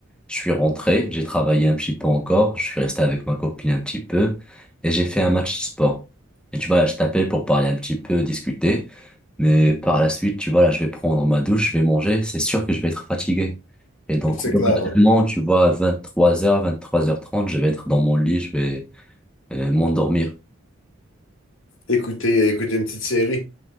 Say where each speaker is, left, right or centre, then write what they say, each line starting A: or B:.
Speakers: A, in the centre; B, on the left (about 75°).
A: je suis rentré, j'ai travaillé un petit peu encore, je suis resté avec ma copine un petit peu, et j'ai fait un match de sport. Et tu vois, là, je t'appelle pour parler un petit peu, discuter, mais par la suite, tu vois, là, je vais prendre ma douche, je vais manger, c'est sûr que je vais être fatigué. Et donc,
B: C'est
A: automatiquement,
B: clair, hein?
A: tu vois, à vingt-trois heures vingt-trois heures trente je vais être dans mon lit, je vais euh, m'endormir.
B: Écouter, écouter une petite série,